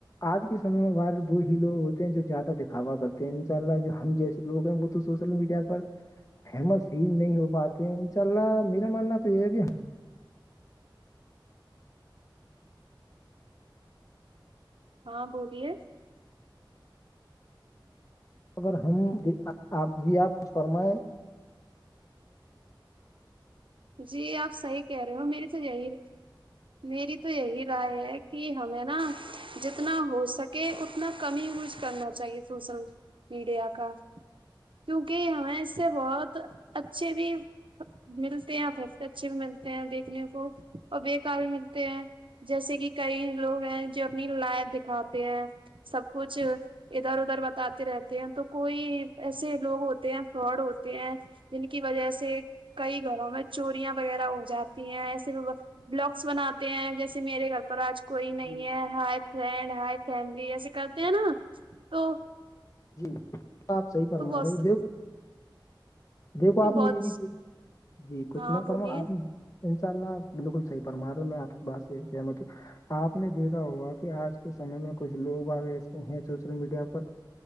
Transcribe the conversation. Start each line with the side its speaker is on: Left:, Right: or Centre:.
Left: آج کے سمے میں وائرل وہ ہی لوگ ہوتے ہیں جو زیادہ دکھاوا کرتے ان شاء اللہ جو ہم جیسے لوگ ہیں وہ تو سوشل میڈیا پر فیمس ہی نہیں ہو پاتے ہیں چلا میرا ماننا تو یہ بھی
Right: ہاں بولیےس
Left: خر ہم آپ جی آپ کچھ فرمائیں
Right: جی آپ صحیح کہہ رہے ہو میری تو یہی میری تو یہی رائے ہے کہ ہمیں نا جتنا ہو سک کہ اتنا کمی ہی یوز کرنا چاہیے سوشل میڈیا کا کیونکہ ہمیں اس سے بہت اچھے بھی مل ہیں پیکتے اچھے بھی ملتے ہیں دیکھنے کو اور بے کار بھی ملتے ہیں جیسے کہ کئی لوگ ہیں جو اپنی لائف دکھاتے ہیں سب کچھ ادھر ادھر بتاتے رہتے ہیں تو کوئی ایسے لوگ ہوتے ہیں فراڈ ہوتے ہیں جن کی وجہ سے کئی گھروں میں چوریاں وغیرہ ہو جاتی ہیں ایسے بلاکس بناتے ہیں جیسے میرے گھر پر آج ک کوئی نہیں
Left: جی
Right: ہے ہائی فرینڈ ہائی فیملی ایسے کرتے ہیں نا تو
Left: جی آپ صحیح فرما
Right: تو بہت
Left: رہے ہو دیو دیکھو
Right: تو
Left: آپ
Right: بہت
Left: نے یہ بھی دیک جی کچھ
Right: ہاں
Left: میں
Right: بولیے
Left: پر آپ انشاء اللہ بالکل صحیح پرنماروں میں آپ کی بات سے سمت ہوں آپ نے دیکھا ہوگا کہ آج کے سمے میں کچھ لوگ آ ایسے ہیں سوشل میڈیا پر